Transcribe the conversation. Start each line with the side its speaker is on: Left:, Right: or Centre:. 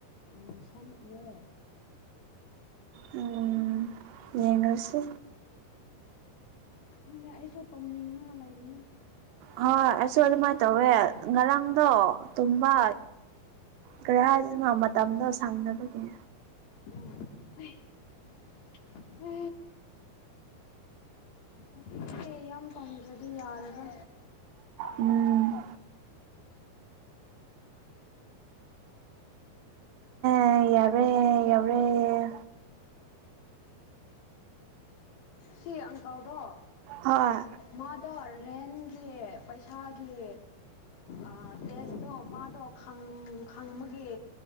Left: ꯑꯥ ꯁꯥꯟ ꯑꯣꯌꯦ
Right: ꯎꯝ꯫ ꯌꯦꯡꯅꯁꯤ
Left: ꯈꯪꯗꯦ ꯑꯩꯁꯨ ꯇꯨꯝꯅꯤꯡꯉꯒ ꯂꯩꯕꯅꯤ
Right: ꯍꯣꯏ ꯑꯩꯁꯨ ꯑꯗꯨꯃꯥꯏꯅ ꯇꯧꯋꯦ ꯉꯔꯥꯡꯗꯣ ꯇꯨꯝꯕ ꯀꯔꯤ ꯍꯥꯏꯁꯤꯅꯣ ꯃꯇꯝꯗꯣ ꯁꯪꯗꯕꯒꯤ
Left: ꯑꯦ <unintelligible> ꯉꯁꯤꯁꯦ ꯌꯥꯝ ꯄꯥꯝꯗ꯭ꯔꯗꯤ ꯌꯥꯗ꯭ꯔꯣ
Right: ꯎꯝ ꯑꯦ ꯌꯥꯔꯦ ꯌꯥꯎꯔꯦ
Left: ꯁꯤ ꯑꯪꯀꯜꯗꯣ
Right: ꯍꯣꯏ
Left: ꯃꯥꯗꯣ ꯔꯦꯟꯒꯤ ꯄꯩꯁꯥꯒꯤ ꯑꯥ ꯇꯦꯁꯇꯣ ꯃꯥꯗꯣ ꯈꯪꯃꯒꯦ